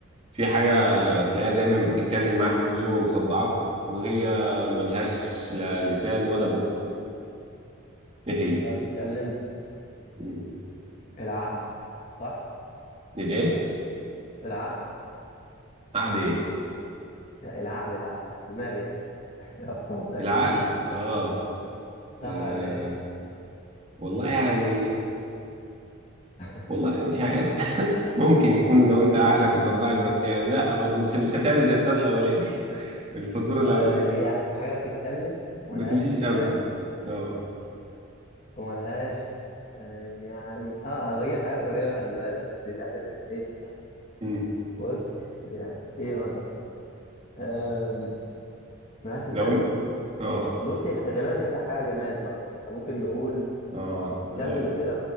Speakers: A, on the right (about 30°); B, on the left (about 35°).
A: في حاجه تلاقيها دايما بتتكلم معاك طول اليوم ومصدعاك وهي ملهاش لا لسان ولا بق ايه هي
B: انا بتتكلم
A: مم.
B: العقد صح
A: الايه
B: العقد
A: عقد ايه
B: العقل العقل دماغ يعني <laughs> افكار طيب
A: العقل اه
B: صح
A: آه،
B: ولا ايه
A: والله يعني
B: <laughs>
A: والله مش عارف <laughs> ممكن يكون لو انت عقلك مصدعك بس يعني لا برضه مش مش هتعمل زي السؤال الاولاني <laughs> الفزوره الاولانيه
B: آه اي حاجه بتتكلم ملهاش
A: ما تمشيش
B: لسان
A: قوي اه
B: وملهاش آه يعني اه انا بجيب حاجات قريبه خلي بالك بس مش عارف يعني ايه
A: امم
B: بص يعني ايه مثلا آم، ملهاش لسان
A: لو انت اه
B: بص غالبا كانت حاجه جماد مثلا فممكن نقول
A: اه
B: بتتكلم
A: في الغالب
B: وكده